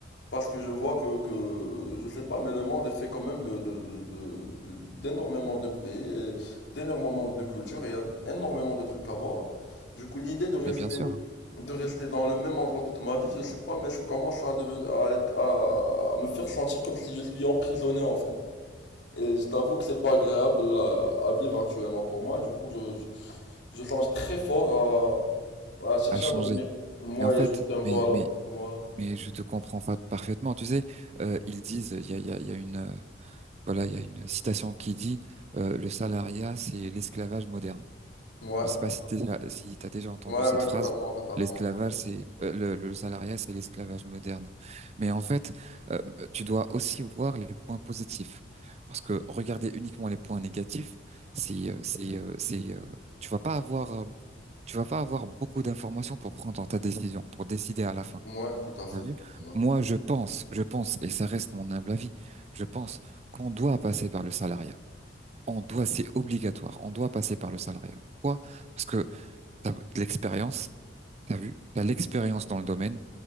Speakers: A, on the left (about 60°); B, on the right (about 35°).
A: Parce que je vois que, que, je sais pas, mais le monde est fait quand même de, de, de, de- de- d'énormément de pays et d'énormément de cultures et il y a énormément de trucs à voir. Du coup, l'idée de rester
B: mais bien sûr, hein,
A: de rester dans le même endroit toute ma vie, je sais pas, mais ça commence à devenir, à être, à, à me faire sentir comme si je suis emprisonné en fait. Et je t'avoue que c'est pas agréable à, à vivre actuellement pour moi. Du coup, je, je, je songe très fort à, à chercher
B: à changer.
A: à devenir moi
B: Mais en fait,
A: Justin. Voilà,
B: mais, mais,
A: voilà.
B: mais je te comprends fa- parfaitement. Tu sais, euh, ils disent, il y a, il y a, il y a une, euh, Voilà, il y a une citation qui dit euh, le salariat, c'est l'esclavage moderne.
A: Ouais,
B: Je ne sais pas
A: tout
B: si tu
A: à fait.
B: si t'as déjà entendu
A: Ouais,
B: cette
A: ouais,
B: phrase.
A: totalement, totalement.
B: L'esclavage, c'est euh, le, le salariat, c'est l'esclavage moderne. Mais en fait, euh, tu dois aussi voir les points positifs, parce que regarder uniquement les points négatifs, c'est euh, c'est euh, c'est euh, tu vas pas avoir euh, tu vas pas avoir beaucoup d'informations pour prendre ta décision, pour décider à la fin.
A: Ouais, Ouais, tout à fait.
B: T'as vu
A: Ouais,
B: Moi, je pense, je pense, et ça reste mon humble avis, je pense qu'on doit passer par le salariat. On doit, c'est obligatoire. On doit passer par le salariat. Pourquoi? Parce que t'as de l'expérience, t'as vu, t'as l'expérience dans le domaine,